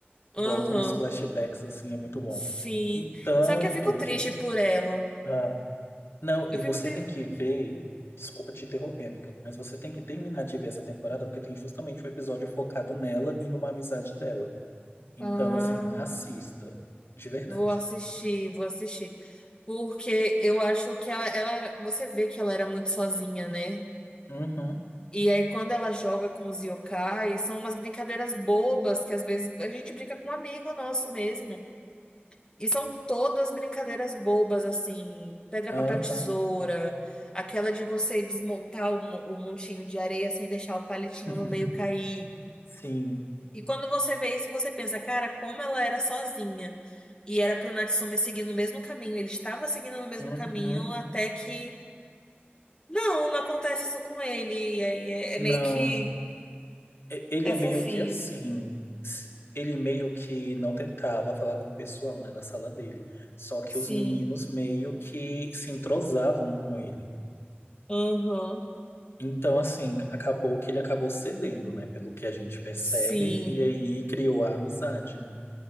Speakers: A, on the left; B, on the left.
A: Aham.
B: voltam nos flashbacks, assim, é muito bom.
A: Sim.
B: E tanto
A: Só que eu fico triste
B: que.
A: por ela.
B: ah, não,
A: Eu
B: e
A: fico
B: você
A: triste.
B: tem que ver. Desculpa te interromper, amiga, mas você tem que terminar de ver essa temporada porque tem justamente um episódio focado nela e numa amizade dela. Então,
A: Ah,
B: assim, assista, de verdade.
A: vou assistir, vou assistir. Porque eu acho que ela, ela era- você vê que ela era muito sozinha, né?
B: Uhum,
A: E aí, quando ela joga com os yokai, são umas brincadeiras bobas que às vezes a gente brinca com um amigo nosso mesmo. E são todas brincadeiras bobas, assim, pedra,
B: aham.
A: papel, tesoura, aquela de você desmontar o, mo- o montinho de areia sem deixar o palitinho
B: <laughs>
A: no meio cair.
B: Sim.
A: E quando você vê isso, você pensa, cara, como ela era sozinha. E era pro Natsume seguir no mesmo caminho. Ele estava seguindo no mesmo
B: Uhum.
A: caminho até que. Não, não acontece isso com ele. E aí é,
B: Não.
A: é meio que.
B: E- Ele
A: É
B: é
A: fofinho.
B: meio que assim. se- Ele meio que não tentava falar com o pessoal, né, da sala dele. Só que
A: Sim.
B: os meninos meio que se entrosavam com ele.
A: Aham.
B: Então, assim, acabou que ele acabou cedendo, né, pelo que a gente percebe,
A: Sim.
B: e aí criou a amizade, né?